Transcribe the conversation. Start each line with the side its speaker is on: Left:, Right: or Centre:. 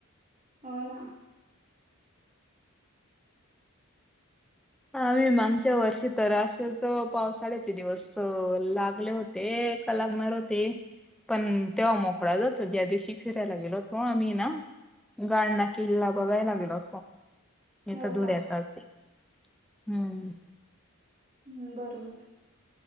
Right: हो ना
Centre: आम्ही मागच्या वर्षी तर असेच पावसाळ्याचे दिवस लागले होते ते क लागणार होते पण तेव्हा मोकळा जातो ज्या दिवशी फिरायला गेलो होतो आम्ही ना गाळणा किल्ला बघायला लागलेल होतो इथ
Right: हो
Centre: धुळ्याचाच
Right: का
Centre: आहे. हम्म
Right: हम्म बरोबर